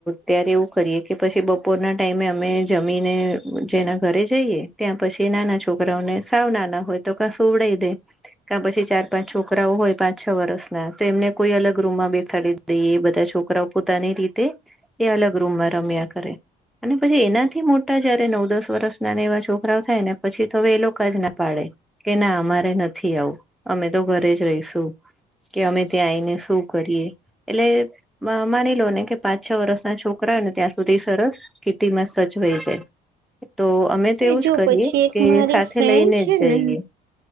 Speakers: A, in the centre; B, on the right.
A: ત્યારે એવું કરીએ કે પછી બપોરના ટાઈમે અમે જમીને જેના ઘરે જઈએ ત્યાં પછી નાના છોકરાઓને સાવ નાના હોય તો ક સુવડાઈ દે. ક પછી ચાર પાંચ છોકરાઓ હોય પાંચ છ વર્ષના તો એમને કોઈ અલગ રૂમમાં બેસાાડી દઈએ એ બધા છોક છોકરાઓ પોતાની રીતે એ અલગ રૂમમાં રમ્યા કરે. અને પછી એનાથી મોટા જયારે નવ દસ વર્ષ ના એવા છોકરાઓ થાય ને પછી તો હવે એ લોકા જ ના પાડે. કે ના અમારે નથી આવું અમે તો ઘરે જ રહીશું. કે અમે ત્યાં આવીને શું કરીએ એટલે માની લો ને કે પાંચ છ વર્ષના છોકરા હોય ને ત્યાં સુધી સરસ કેટિમાં સચવાઈ જાય. તો અમે તો
B: ને
A: એવું
B: જો
A: જ કરીએ
B: પછી એક
A: કે
B: મારી
A: સાથે
B: ફ્રેન્ડ
A: લઈને
B: છે
A: જ
B: ને
A: જઈએ.